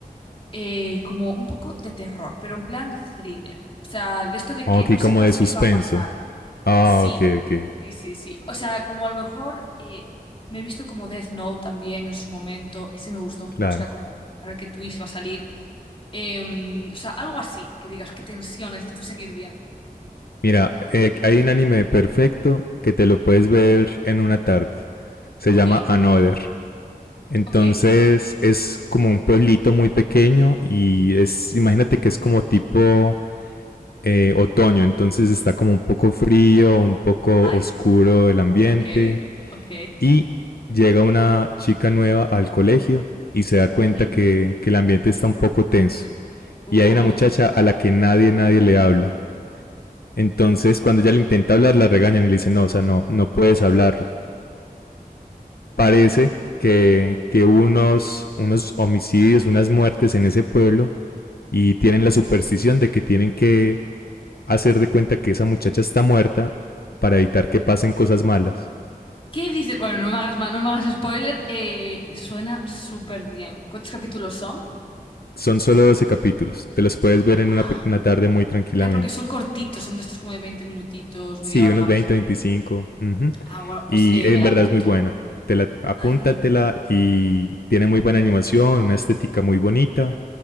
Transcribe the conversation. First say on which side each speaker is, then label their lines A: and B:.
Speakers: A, on the left (about 35°); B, on the left (about 80°).
A: eh, como un poco de terror, pero en plan thriller. O sea, de esto de
B: Oh,
A: que
B: Aquí
A: no sepas
B: como de suspenso.
A: qué va a pasar.
B: Ah,
A: Sí,
B: ok, ok,
A: sí, sí, sí. O sea, como a lo mejor eh, me he visto como Death Note también en su momento. Ese me gustó mucho.
B: claro.
A: Era como, a ver qué twist va a salir. Em, o sea, algo así, que digas, qué tensión, necesito seguir viendo.
B: Mira, eh, hay un anime perfecto que te lo puedes ver en una tarde. Se
A: Ok,
B: llama Another. Entonces
A: ok.
B: es como un pueblito muy pequeño y es, imagínate que es como tipo eh, otoño, entonces está como un poco frío, un poco
A: Ay,
B: oscuro el ambiente
A: ok, ok.
B: y llega una chica nueva al colegio y se da cuenta
A: Ujú.
B: que, que el ambiente está un poco tenso
A: Uh.
B: y hay una muchacha a la que nadie, nadie le habla entonces, cuando ella le intenta hablar, la regañan y le dicen, no, o sea, no, no puedes hablarle. Parece que, que hubo unos, unos homicidios, unas muertes en ese pueblo y tienen la superstición de que tienen que hacer de cuenta que esa muchacha está muerta para evitar que pasen cosas malas.
A: ¿Qué dices? Bueno, no me hagas más, no me hagas spoiler. Eh, suena súper bien. ¿Cuántos capítulos son?
B: Son solo 12 capítulos, te los puedes ver en una,
A: Ah,
B: una tarde muy tranquilamente.
A: claro, porque son cortitos, son de estos como de 20 minutitos,
B: Sí,
A: media hora
B: unos
A: máximo.
B: 20, 25. ujú.
A: Ah, bueno, pues
B: Y
A: eh,
B: en
A: me la
B: verdad
A: apunto.
B: es muy buena. Te la, apúntatela
A: Ay,
B: y tiene muy buena animación, una estética muy bonita.